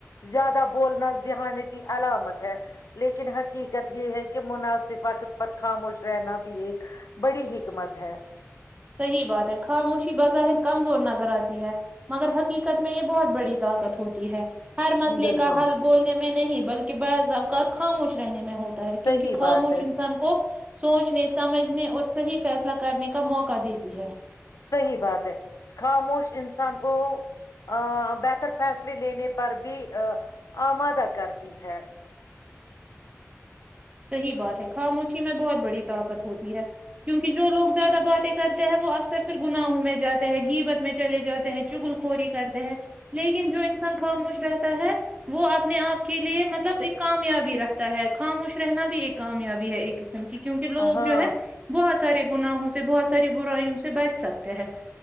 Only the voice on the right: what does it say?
صحیح بات ہے خاموشی بظاہر کمزور نظر آتی ہے مگر حقیقت میں یہ بہت بڑی طاقت ہوتی ہے ہر مسئلے
کا حل بولنے میں میں نہیں بلکہ بعض اوقات خاموش رہنے میں ہوتا ہے
کیونکہ خاموش
انسان کو سوچنے سمجھنے اور صحیح فیصلہ کرنے کا موقع کا دیتی ہے
صحیح بات ہے خاموشی میں بہت بڑی طاقت ہوتی ہے کیونکہ جو لوگ زیادہ باتیں کرتے ہیں وہ اکثر پھر گناہوں میں جاتے ہیں گیبت میں چلے جاتے ہیں چگل خوری کرتے ہیں لیکن جو انسان خاموش رہتا ہے وہ اپنے آپ کے لیے مطلب ایک کامیابی رکھتا ہے خاموش رہنا بھی ایک کامیابی ہے ایک قسم کی کیونکہ لوگ
جو ہے بہت سارے گناہوں سے بہت ساری برائیوں سے بچ سکتے ہیں